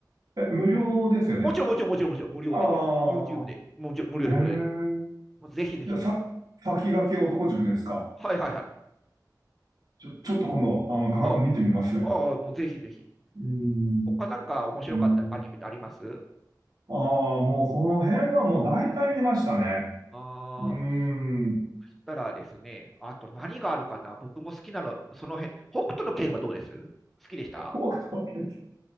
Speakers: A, on the right; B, in the centre.
A: い。え、
B: も
A: 無料ですよね。
B: うもちろん、もちろん、もちろん、もちろん、無料で、
A: あ
B: ユ YouTube で、もちろん無料で、
A: あ、へえ。
B: 無料で。もうぜひぜひ。
A: じゃ、さ、先駆け男塾ですか。
B: はいはいはい。
A: ちょ、ちょっと今度、あの、か、
B: あ、
A: 見てみますね。
B: ああもうぜひぜひ。
A: うーん。
B: 他なんか面白かったアニメってあります
A: うーんああ、もうその辺はもう大体見ましたね。
B: ああ、
A: うーん。
B: そしたらですね、あと何があるかな僕も好きなの、その辺。北斗の拳はどうです好きでした
A: 北斗の拳、北